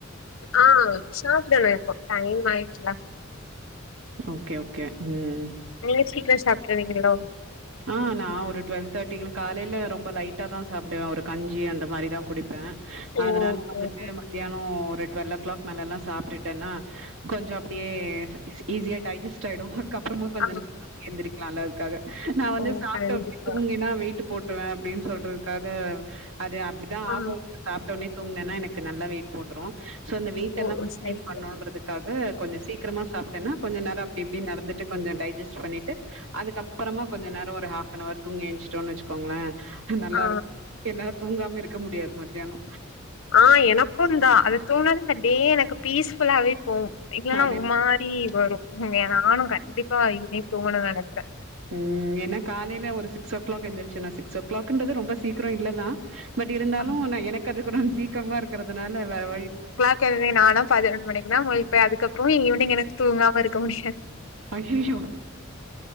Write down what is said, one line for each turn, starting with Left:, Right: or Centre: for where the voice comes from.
Left: ஆஹ் சாப்பிடணு இப்போ டைம் ஆயிடுச்சில்ல
Right: ஓகே ஓகே ம்
Left: நீங்க சீக்கிரோ சாப்டுருவீங்களோ
Right: ஆஹ் நா ஒரு டுவெல் தேட்டிகுலா காலைல ரொம்ப லைட்டா தா சாப்டுவே ஒரு கஞ்சி அந்த மாரி தா குடிப்பே
Left: ஓ
Right: அதனால
Left: ஓகே
Right: வந்துட்டு
Left: ஓகே
Right: மத்தியானோஒரு டுவெல் ஓ கிளாக் மேலலாம் சாப்டுட்டேன்னா கொஞ்சோ அப்டியே ஈஸியா டைஜஸ்ட் ஆய்டு கப்புறமு கொஞ்ச
Left: ஆ
Right: நேரொ தூங்கி எந்திரிக்லால அதுக்காக நா வந்து
Left: ஓ
Right: சாப்ட
Left: கண்டிப்பா
Right: ஒன்னே தூங்கினா வெயிட்டு போட் ட்ருவ அப்டின் சொல்றதுக்காக அது அப்டிதா
Left: ஆ
Right: ஆகு சாப்ட்டோனே தூங்னேனா எனக்கு நல்லா வெயிட் போட்ரு சோ இந்த வெயிடேல்லா
Left: ஓ சரி
Right: <inaudible>
Left: சரி
Right: பண்ணோன்றதுக் க்காக கொஞ்ச சீக்ரமா சாப்ட்டேன்னா கொஞ்ச நேரொ அப்டி இப்டி நடந்துட்டு கொஞ்சொ டை ஜிஸ்ட் பண்ணிட்டு அதுக்கப்பறமா கொஞ்ச நேரோ ஒரு ஹாப் அன்னவர் தூங்கிஎன்ச்டோன் வச்கோங்களே நல்லாருக்
Left: ஆ
Right: என்னால தூங்காம இருக்க முடியாது மத்யானோ
Left: ஆ எனக்குந்தா அது தூங்னாவே ந்த டே எனக்கு பீஸ்ஃபுல்லாவே போவு இல்லன்னா
Right: அது
Left: ஒர் மாரி வரு ம்மே நானு கண்டிப்பா இனிமே தூங்கனுன் நெனப்பே
Right: ம் ஏன்னா காலைல ஒரு சிக்ஸ் ஓ க்ளாக் எந்திரச்சி நா சிக்ஸ் ஓ க்ளாக்ன்றது ரொம்ப சீக்ரோ இல்லதா பட் இருந்தாலு
Left: ஆ
Right: நா எனக்கு அது கொஞ்சொ சீக்கிரமா இருக்கிறதுனால வேற வழி
Left: க்கேதுவே நாலா பதிரெண்டு மணிக்கு தா முழிப்பே அதுக்ப்றோ ஈவினிங் எனக்கு தூங்காமருக்க முடியாது
Right: ஐயையோ